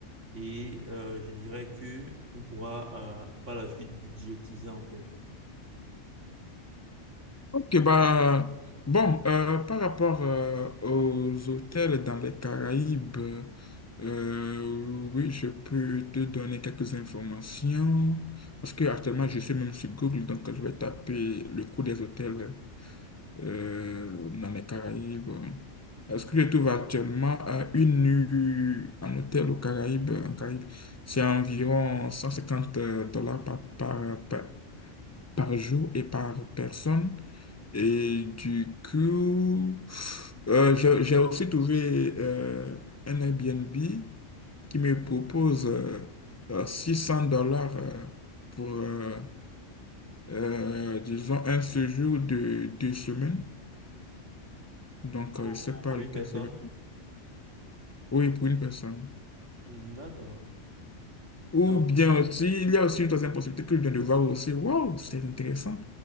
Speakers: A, on the right (about 70°); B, on the left (about 15°).
A: Et euh, je dirais que on pourra euh, par la suite budgétiser, en fait,
B: Ok, bah, bon, euh, par rapport euh, aux hôtels dans les Caraïbes, euh, oui, je peux te donner quelques informations parce que actuellement, je suis même sur Google, donc je vais taper le coût des hôtels. euh, dans les Caraïbes. Est-ce que je trouve actuellement à une nuit en hôtel aux Caraïbes, en Caraïbes, c'est environ 150 euh, dollars par, par, par, par jour et par personne. Et du coup, euh, j'ai j'ai aussi trouvé euh, un Airbnb qui me propose euh, euh, 600 dollars euh, pour, euh, euh, disons, un séjour de deux semaines. Donc,
A: pour,
B: euh, je ne sais pas
A: pour
B: lequel
A: une personne.
B: serait. Oui, pour une personne.
A: Hmm, D'accord.
B: Ou
A: Donc,
B: bien aussi, il y a aussi une troisième possibilité que je viens de voir aussi. Waouh, c'est intéressant.